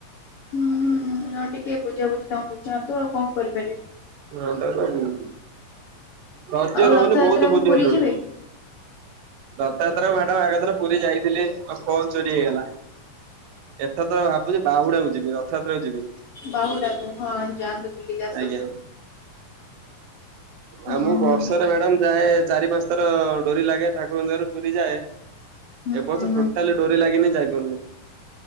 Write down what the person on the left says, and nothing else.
ହୁଁ ହୁଁ ହୁଁ ଆଉ ଟିକେ ବୁଜାବୁଜି ତାଙ୍କୁ ବୁଝାନ୍ତୁ ଆଉ କଣ କରିପାରିବେ।
ଆଉ
ରଥଯାତ୍ରା
କୁ
ପୁରୀ ଯିବେ
ବାହୁଡାକୁୁ ହଁ ଯାଆନ୍ତୁ ବୁଲିକି ଆସନ୍ତୁ।
ହୁଁ
ହୁଁ
ହୁଁ
ହୁଁ ହୁଁ